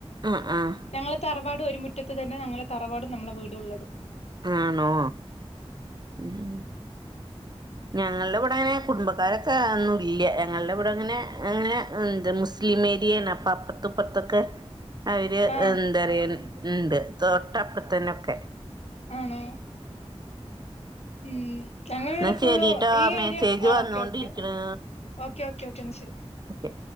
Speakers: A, on the right; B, on the left.
A: ഉം ഉം
B: ഞങ്ങളെ തറവാട് ഒരു മുറ്റത്ത് തന്നെ ഞങ്ങളെ തറവാടും നമ്മളെ വീടുള്ളത്
A: ആണോ ഉം ഞങ്ങളുടെ ഇവിടെങ്ങനെ കുടുംബക്കാരൊക്കെ ഒന്നും ഇല്ല ഞങ്ങളുടെ ഇവിടെ ഇങ്ങനെ അങ്ങനെ എ മുസ്ലിം ഏരിയാണ് അപ്പൊ അപ്പുറത്തപ്പുറത്തൊക്കെ അവര്
B: ആ
A: എന്താ പറയാ ഉണ്ട് തൊട്ടപ്പറത്തന്നൊക്കെ
B: ആണോ ഉം ഞങ്ങളെ
A: എന്നാ
B: ഇവിടെ ഫുള്
A: ശരിട്ടോ
B: ഈ
A: മെസ്സേജ്
B: ഏരിയ ആഹ്
A: വന്നോണ്ടിരിക്കണ്
B: ഓക്കെ ഓക്കെ ഓക്കേ ഓക്കേ ഓക്കേ എന്നാ ശരി
A: ഓക്കെ